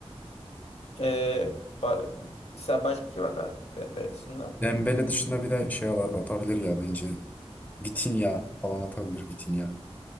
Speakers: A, on the left (about 70°); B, on the left (about 15°).
A: Ee, ba- sen başka kim atar? Dembe dışında.
B: Dembele dışında bir de şey ala- atabilir ya bence. Vitinha falan atabilir Vitinha.